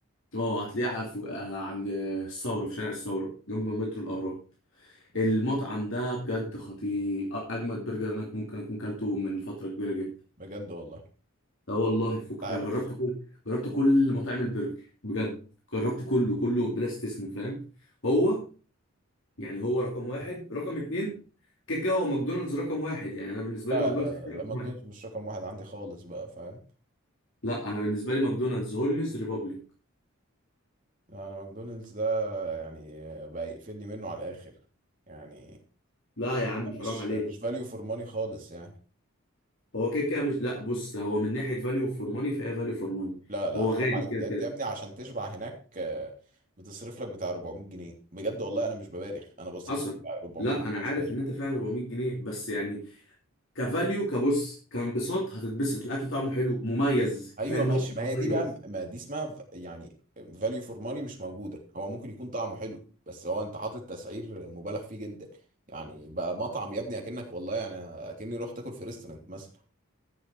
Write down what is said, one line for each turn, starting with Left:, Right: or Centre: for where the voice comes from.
Left: اه هتلاقيه على فوق- آه، عند الثوره في شارع الثوره جنب مترو الاهرام المطعم
Right: مم.
Left: ده بجد خطير أ- اجمد برجر انا ممكن اكون كلته من فتره كبيره جدا
Right: بجد والله
Left: اه والله فكك
Right: عارف
Left: انا جربت كل جربت كل مطاعم البرجر بجد جربت كله كله بلا استثناء فاهم هو يعني هو رقم واحد رقم اتنين كده كده هو ماكدونالدز رقم واحد يعني انا بالنسبه
Right: لا
Left: لي ماكدونالدز
Right: لا
Left: كده
Right: لا,
Left: كده
Right: لا
Left: رقم
Right: ماكدونالدز
Left: واحد
Right: مش رقم واحد عندي خالص بقى فاهم
Left: لا انا بالنسبه لي ماكدونالدز هولمز ريبابليك
Right: لا، انا ماكدونالدز ده يعني بقى يقفلني منه على الاخر يعني
Left: لا يا عم
Right: مش
Left: حرام عليك
Right: مش فاليو فور ماني خالص يعني
Left: هو كده كده مش لا بص ده هو من ناحيه فاليو فور ماني فهي فاليو فور ماني
Right: لا لا
Left: هو
Right: حرام
Left: غالي
Right: عليك
Left: كده
Right: ده يا
Left: كده
Right: ابني عشان تشبع هناك آه، بتصرف لك بتاع 400 جنيه بجد والله انا مش ببالغ انا بصرف
Left: حصل
Right: بتاع 400
Left: لا
Right: جنيه
Left: انا
Right: عشان
Left: عارف
Right: اشبع
Left: ان انت فعلا 400 جنيه بس يعني كفاليو كبص كانبساط هتتبسط الاكل طعمه حلو مميز كفايه
Right: ايوه
Left: انه
Right: ماشي ما
Left: مميز
Right: هي دي بقى ما دي اسمها ف- يعني فاليو فور ماني مش موجوده هو ممكن يكون طعمه حلو بس هو انت حاطط تسعير مبالغ فيه جدا يعني بقى مطعم يا ابني اكنك والله يعني اكني رحت اكل في ريستورانت مثلا